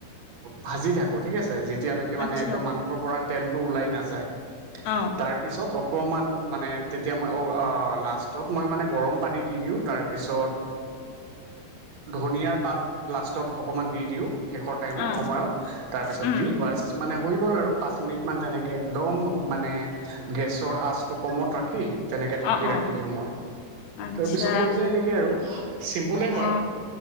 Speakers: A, on the right; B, on the left.
A: ভাজি থাকোঁ।। থিক আছে যেতিয়ালৈকে মানে
B: আচ্ছা
A: একদম মাংসৰ পৰা তেলটো ওলাই নাযায়
B: অ
A: তাৰ। তাৰপিছত অকণমান মানে তেতিয়া মই লাষ্টত মই মানে গৰম পানী দি দিওঁ তাৰপিছত। ধনিয়াৰ পাত লাষ্টত অকণমান দি দিওঁ। শেষৰ টাইমৰ
B: অ
A: সময়ত তাৰপিছত
B: উম
A: দি বাছ মানে হৈ গ'ল আৰু পাঁচ মিনিট। ইমান তেনেকে একদম মানে গেছৰ আঁচটো কমত ৰাখি। তেনেকে ঢাকি
B: অ অ
A: ৰাখি দিওঁ মই।
B: আচ্ছা
A: তাৰপিছত হৈ যায় এনেকে আৰু চিম্পুলে
B: অ
A: হয়।